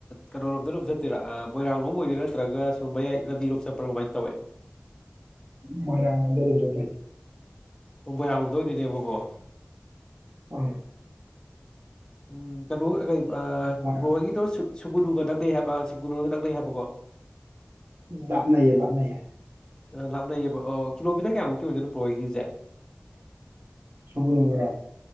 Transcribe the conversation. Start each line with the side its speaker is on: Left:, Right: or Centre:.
Left: ꯀꯩꯅꯣꯔꯣꯝꯗ ꯑꯗꯨꯣꯝ ꯆꯠꯇꯣꯏꯔꯥ ꯃꯣꯏꯔꯥꯡꯂꯣꯝ ꯑꯣꯏꯗꯣꯏꯔꯥ ꯅꯠꯇ꯭ꯔꯒ ꯁꯨꯝ ꯃꯌꯥꯏ ꯂꯝꯕꯤꯔꯣꯝ ꯆꯠꯄ꯭ꯔꯥ ꯀꯃꯥꯏꯅ ꯇꯧꯋꯦ
Right: ꯃꯣꯏꯔꯃꯗ ꯇ ꯆ ꯊ
Left: ꯑꯣꯕꯔꯥꯡꯗꯣꯏꯗꯨꯣꯏꯅꯦꯕꯀꯣ
Right: ꯎꯝ
Left: ꯎꯝ ꯀꯕꯨ ꯀ ꯑ
Right: ꯃꯣꯏꯔꯥꯡ
Left: ꯕꯣꯏꯒꯤꯗꯣ ꯁꯨꯒꯨꯅꯨꯒ ꯇꯛꯅꯩ ꯍꯥꯏꯕ ꯁꯨꯒꯨꯅꯨꯒ ꯅꯛꯅꯩ ꯍꯥꯏꯕꯀꯣ
Right: ꯂꯞꯅꯌꯦ ꯂꯥꯞꯅꯌꯦ
Left: ꯑ ꯂꯥꯞꯅꯩꯌꯦꯕ ꯑꯣ ꯀꯤꯂꯣꯃꯤꯇꯔ ꯀꯌꯥꯃꯨꯛꯇꯤ ꯑꯣꯏꯗꯣꯏꯅꯣ ꯕ꯭ꯔꯣ ꯍꯣꯏꯈꯤꯁꯦ
Right: ꯁꯨꯒꯥ ꯅ ꯒꯔꯣ